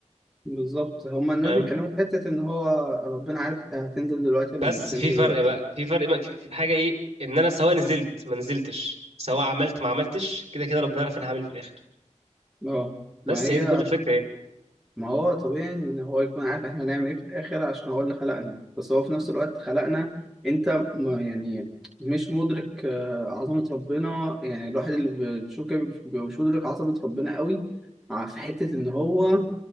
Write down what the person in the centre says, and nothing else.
بالظبط هما الناس
بيتكلموا في حتة ان هو ربنا عارف انت هتنزل دلوقتي ولا
مش هتنزل
دلوقتي
اه
ما هي
ما هو طبيعي ان هو يكون عارف احنا هنعمل ايه في الاخر عشان هو اللي خلقنا بس هو في نفس الوقت خلقنا انت ما يعني مش مدرك آه، عظمة ربنا يعني الواحد اللي بتشوف كده بيبقى مش مدرك عظمة ربنا قوي ع- في حتة ان هو